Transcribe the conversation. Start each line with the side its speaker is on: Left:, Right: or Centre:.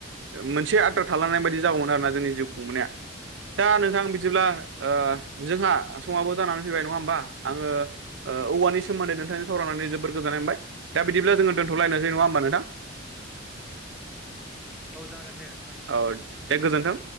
Right: मोनसे आद्रा थालांनाय बायदि जागौमोन आरो ना जोंनि जिउ खुंबोनाया दा नोंथां बिदिब्ला ओ जोंहा समाबो जानानै फैबाय नङा होमबा आङो ओ औवानि सोमोन्दै नोंथांजों सावरायनानै जोबोर गोजोननाय मोनबाय दा बिदिब्ला जोङो दोनथ'लायनोसै नङा होमबा नोंथां
Centre: औ जागोन दे नोंथां
Right: औ दे गोजोन्थों